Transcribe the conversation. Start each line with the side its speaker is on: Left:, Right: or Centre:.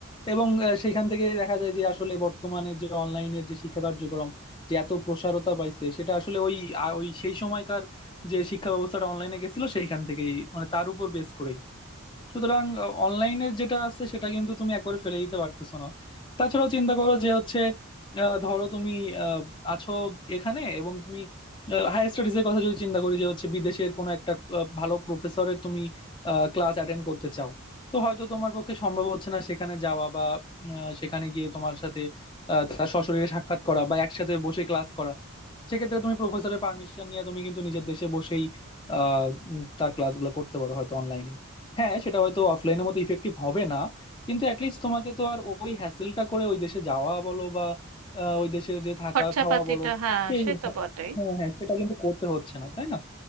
Left: এবং আহ, সেখান থেকে দেখা যায় যে আসলে বর্তমানে যে অনলাইনের যে শিক্ষা কার্যক্রম যে এত প্রসারতা পাইছে সেটা আসলে ওই আ- ওই সেই সময়কার যে শিক্ষা ব্যবস্থাটা অনলাইনে গেছিল সেইখান থেকেই মানে তার উপর বেস করেই সুতরাং অনলাইনে যেটা আছে সেটা কিন্তু তুমি একবারে ফেলে দিতে পারতেছো না তাছাড়াও চিন্তা করো যে হচ্ছে আহ, ধরো তুমি আহ, আছো এখানে এবং তুমি হায়ার স্টাডিজ এর কথা যদি চিন্তা করি যে হচ্ছে বিদেশের কোনো একটা আহ, ভালো প্রফেসরের তুমি ক্লাস অ্যাটেন্ড করতে চাও তো হয়তো তোমার পক্ষে সম্ভব হচ্ছে না সেখানে যাওয়া বা আহ, সেখানে গিয়ে তোমার সাথে আহ, তার সশরীরে সাক্ষাৎ করা বা একসাথে বসে ক্লাস করা সেক্ষেত্রে তুমি প্রফেসরের পারমিশন নিয়ে তুমি কিন্তু নিজের দেশে বসেই আহ উম, তার ক্লাসগুলো করতে পারো হয়তো অনলাইনে হ্যাঁ সেটা হয়তো অফলাইনের মতো ইফেক্টিভ হবে না কিন্তু অ্যাটলিস্ট তোমাকে তো আর ওই হ্যাসেলটা করে ওই দেশে যাওয়া বলো বা আহ, ওই দেশে যে থাকা
Right: খরচাপাতিটা
Left: খাওয়া বলো
Right: হ্যাঁ
Left: এই
Right: সে তো বটেই
Left: হ্যাঁ হ্যাঁ সেটা কিন্তু করতে হচ্ছে না তাই না